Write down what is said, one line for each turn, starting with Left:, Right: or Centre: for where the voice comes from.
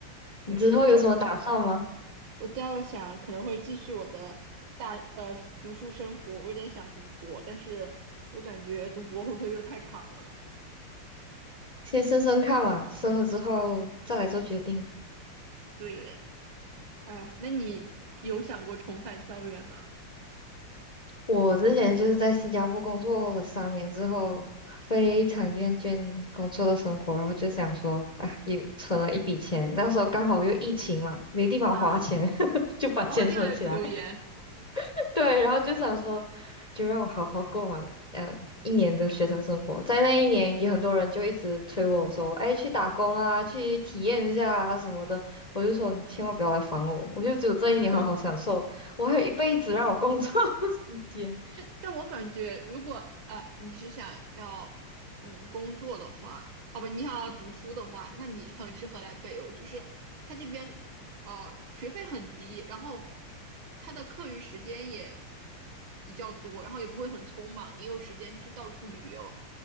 Right: 对，
Left: 你之后有什么打算吗？
Right: 我就主要我倒想可能会继续我的大呃读书生活，我有点想读博，但是又感觉读博会不会又太长了？
Left: 先升升看嘛，升了之后再来做决定。
Right: 对嘞，哎，那你有想过重返校园吗？
Left: 我之前就是在新加坡工作了三年之后，非常厌倦工作的生活，然后就想说，啊，也存了一笔钱，那时候刚好又疫情嘛，没地方花钱，
Right: 啊。
Left: <laughs> 就把钱存起来，
Right: <laughs> 哦，这来读研。
Left: <laughs> 对，然后就想说，就让我好好过完嗯一年的学生生活。在那一年，也很多人就一直催我说，哎，去打工啊，去体验一下啊什么的。我就说，你千万不要来烦我，我就只有这一年好好享受，
Right: <laughs>
Left: 我还有一辈子让我工作的 <laughs> 时间。
Right: 但但我感觉，如果啊，你是想要嗯工作的话，哦不，你想要读书的话，那你很适合来北欧，就是他这边呃学费很低，然后他的课余时间也比较多，然后也不会很匆忙，你有时间去到处旅游，